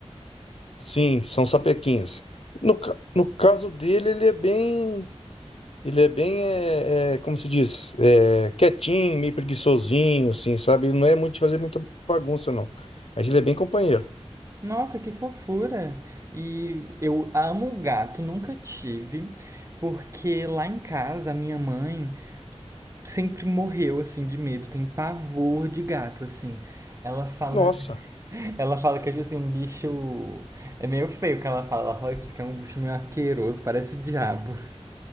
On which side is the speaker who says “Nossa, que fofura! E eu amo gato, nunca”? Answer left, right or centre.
Right